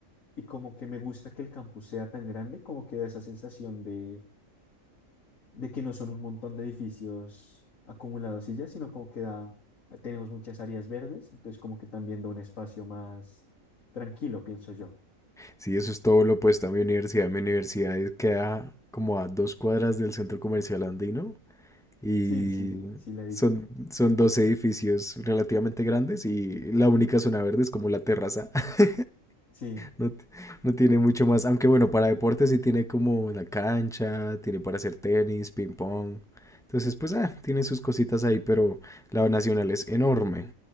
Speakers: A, on the left (about 75°); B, in the centre.
A: y como que me gusta que el campus sea tan grande, como que da esa sensación de, de que no son un montón de edificios acumulados y ya, sino como que da, tenemos muchas áreas verdes, entonces como que también da un espacio más tranquilo, pienso yo.
B: Sí, eso es todo lo opuesto a mi universidad. Mi universidad es- queda como a dos cuadras del centro comercial andino. Y
A: Sí, sí, sí, la he visto.
B: son, son dos edificios relativamente grandes y la única zona verde es como la terraza. <laughs>
A: Sí,
B: No, t- no tiene mucho más. Aunque bueno, para deportes sí tiene como la cancha, tiene para hacer tenis, ping pong. Entonces, pues, ah, tiene sus cositas ahí, pero la nacional es enorme.